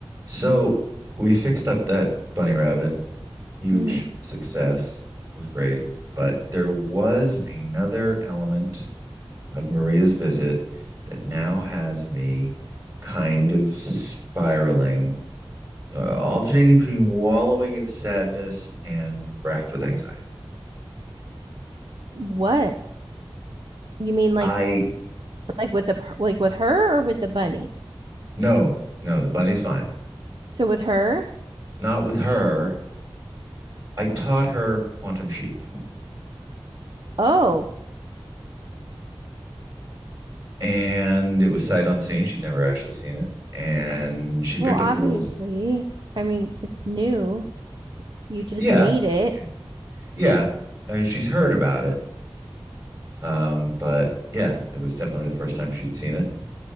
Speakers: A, on the right; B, on the right.
A: So we fixed up that bunny rabbit. Huge
B: Mhm.
A: success. It was great. But there was another element of Maria's visit that now has me kind of spiraling, uh, alternating between wallowing in sadness and racked with anxiety.
B: What? You mean like
A: I,
B: like with the per- like with her or with the bunny?
A: no, no, the bunny's fine.
B: So with her?
A: Not with her. I taught her Quantum Sheep,
B: Oh,
A: and it was sight unseen. She'd never actually seen it. And she picked
B: well, obviously.
A: up the rules
B: I mean, it's new. You just
A: Yeah,
B: made it.
A: Yeah. yeah. I mean, she's heard about it. Um, but yeah, it was definitely the first time she'd seen it.